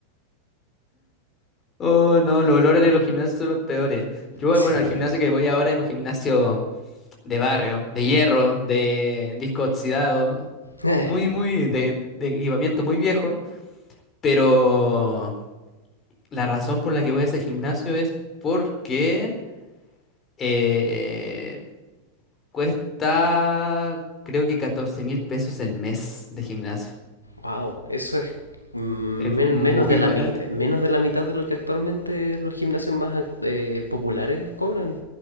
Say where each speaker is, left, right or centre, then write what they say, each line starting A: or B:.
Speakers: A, on the left (about 25°); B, on the left (about 80°).
A: Oh, no, los olores de los gimnasios son los peores. Yo,
B: Sí.
A: bueno, el gimnasio que voy ahora es un gimnasio de barrio, de hierro, de disco oxidado,
B: <laughs>
A: muy, muy, de, de equipamiento muy viejo, pero... La razón por la que voy a ese gimnasio es porque eh, cuesta creo que 14 mil pesos el mes de gimnasio.
B: wow, eso es men-
A: Es muy
B: menos, de la
A: <laughs> barato.
B: mi- menos de la mitad de lo que actualmente los gimnasios más ac- eh, populares cobran.